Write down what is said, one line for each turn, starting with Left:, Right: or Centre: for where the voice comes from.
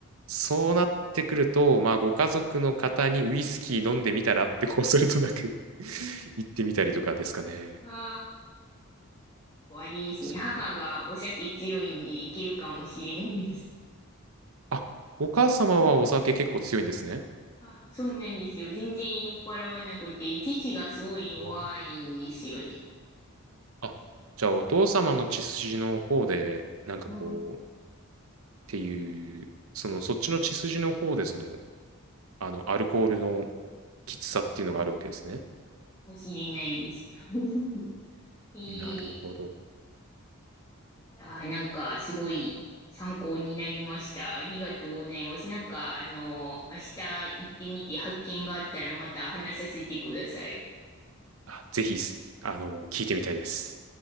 Right: そうなってくると、まあ、ご家族の方にウイスキー飲んでみたらって、こうするとなく <laughs> 行ってみたりとかですかね。
Left: ああ、終わですね。
Right: そう。
Left: 母がお酒強いんでいけるかもしれないです。
Right: あ、お母様はお酒結構強いんですね。
Left: あ、そうなんですよ。全然酔っ払わなくて、父がすごい弱いんですよね。
Right: うわあ、じゃあお父様の血筋の方で、なんかこ
Left: うん。か
Right: ていう、その、そっちの血筋の方で、その、あの、アルコールのきつさっていうのがあるわけですね。
Left: もしれないです。<laughs> えー、い
Right: なるほど。
Left: やー、なんかすごい参考になりました。ありがとうございます。なんか、あの、明日行ってみて発見があったらまた話させてください。
Right: あ、ぜひ、あの、聞いてみたいです。